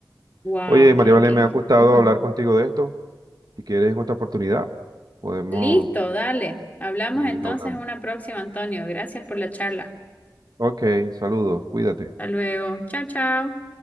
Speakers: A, on the left; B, on the right.
A: wow,
B: Oye, María
A: qué,
B: Valen,
A: qué inc-
B: me ha gustado
A: Ujú.
B: hablar contigo de esto. Si quieres en otra oportunidad, podemos
A: Listo, dale. Hablamos
B: seguir
A: entonces
B: hablando.
A: en una próxima, Antonio. Gracias por la charla.
B: Ok, saludos, cuídate.
A: Hasta luego. Chao, chao.